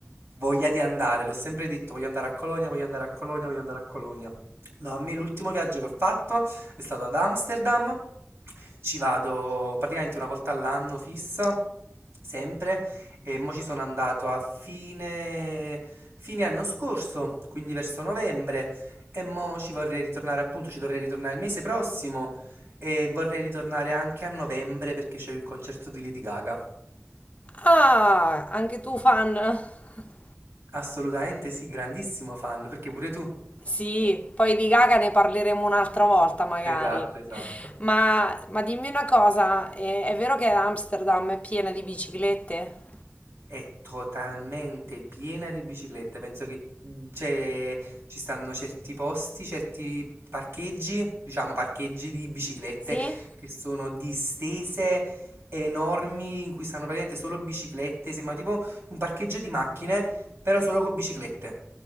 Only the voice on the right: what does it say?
voglia di andare, l'ho sempre detto, voglio andare a Colonia, voglio andare a Colonia, voglio andare a Colonia. No, a me l'ultimo viaggio che ho fatto è stato ad Amsterdam, ci vado praticamente una volta all'anno fissa, sempre, e mo ci sono andato a fine, fine anno scorso, quindi verso novembre. E mo ci vorrei ritornare, appunto, ci dovrei ritornare il mese prossimo e vorrei ritornare anche a novembre perché c'è il concerto di Lady Gaga.
Assolutamente sì, grandissimo fan, perché pure tu.
Esatto, esatto.
È totalmente piena di biciclette. Penso che mm, c'è- ci stanno certi posti, certi parcheggi, diciamo parcheggi di biciclette
che sono distese enormi in cui stanno praticamente solo biciclette. Sembra tipo un parcheggio di macchine, però solo con biciclette.